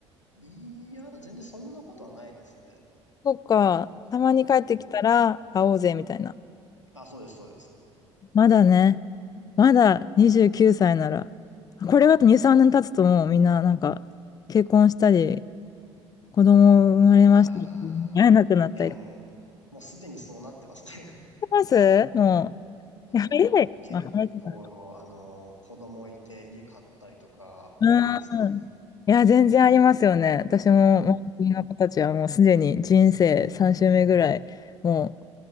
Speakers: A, on the left; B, on the left.
A: いや、全然そんなことはないですね。
B: そっか、たまに帰ってきたら会おうぜみたいな。
A: うん。あ、そうです、そうです。
B: まだね、まだ29歳なら、これがあと2、3年経つともうみんななんか結婚したり、子供生まれましたとか会えなくなったり。
A: あー、いや、もう、
B: し
A: もうすでにそうなってますね。
B: てますも
A: <laughs> うん、
B: う。いや、
A: やっぱ結構、
B: 早い。まあ、早いとか。
A: あの、子供いて家買ったりとか多いですね。
B: うん。いや、全然ありますよね。私も、
A: うん。
B: もう、国の子たちはもうすでに人生3周目ぐらい、もう、